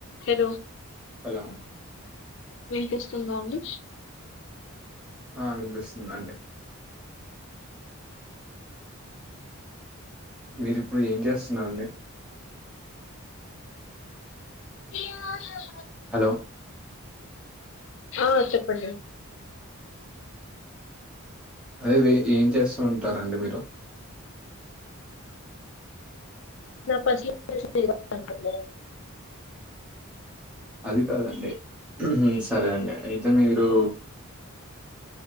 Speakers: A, on the left; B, in the centre.
A: Hello
B: hello.
A: వినిపిస్తుందా అండి.
B: ఆ వినిపిస్తుందండి. మీరు ఇప్పుడు ఏం చేస్తున్నారండి.
A: జియా ధల.
B: హలో.
A: ఆ చెప్పండి.
B: అదే ఏ ఏం చేస్తూ ఉంటారండి మీరు.
A: నా పర్సనల్ డీటేయిల్స్ చెప్పాలి అనుకొవట్ లేదండి.
B: అది కాదండి సరే అండి అయితే మీరు